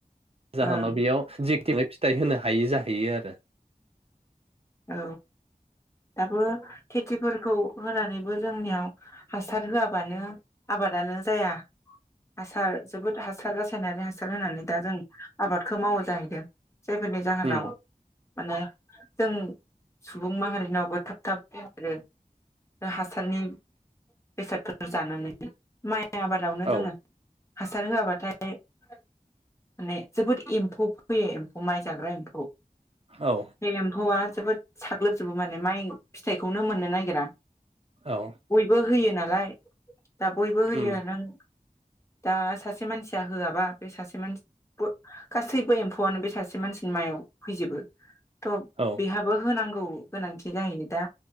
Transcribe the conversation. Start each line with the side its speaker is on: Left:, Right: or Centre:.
Right: जाहोनाव
Left: ओं
Right: बेयाव जि थिबाय फिथाइ होनो हायि जाहैयो आरो ।
Left: औ दाबो खेथिफोरखौ होनानैबो जोंनियाव हासार होआबानो आबादानो जाया हासार जोबोद हासार रासायनारि हासार होनानै दा जों आबादखौ मावो जाहैदों जायफोरनि जाहोनाव
Right: उम
Left: माने जों सुबुं माहारिनावबो थाब थाब फेरो हासारनि बेसादफोर जानानै माइ माइ आबादावनो
Right: औ
Left: जोङो हासार होआबाथाय माने जोबोद एम्फौ फोैयो एम्फौ माइ जाग्रा एम्फौ
Right: औ
Left: बे एम्फौ आ जोबोद साग्लोबजोबो माने माइ फिथाइखौनो मोननो नागिरा
Right: औ
Left: बयबो होयो नालाय दा बयबो होयो
Right: उम
Left: नों दा सासे मानसिया होआबा बे सासे मानसि गासैबो एम्फौआनो बे सासे मानसिनि मायाव फैजोबो थ
Right: औ
Left: बेहाबो होनांगौ औ गोनांखि गायो दा